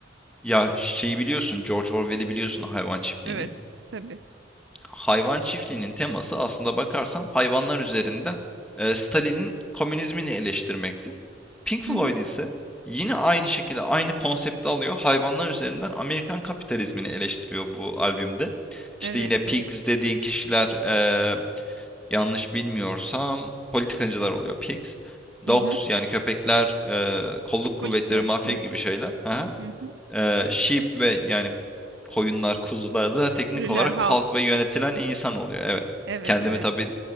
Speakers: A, in the centre; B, on the right (about 65°).
A: Ya şeyi biliyorsun George Orwell'i biliyorsun Hayvan Çiftliği'ni.
B: evet tabii
A: hayvan çiftliğinin teması aslında bakarsan hayvanlar üzerinden e, Stalin'in komünizmini eleştirmektir. Pink Floyd
B: hı hı.
A: ise yine aynı şekilde aynı konsepti alıyor. Hayvanlar üzerinden Amerikan kapitalizmini eleştiriyor bu albümde.
B: evet
A: İşte yine Pigs
B: evet
A: dediğin kişiler e, yanlış bilmiyorsam politikacılar oluyor Pigs. Dogs
B: hı hı.
A: yani köpekler, e, kolluk kuvvetleri,
B: polisler
A: mafya
B: hı
A: gibi şeyler. Hı
B: hı. hı.
A: E, sheep ve yani koyunlar, kuzular da teknik
B: sürüler
A: olarak
B: halk
A: halk ve yönetilen insan oluyor. Evet.
B: evet
A: Kendimi
B: evet
A: tabii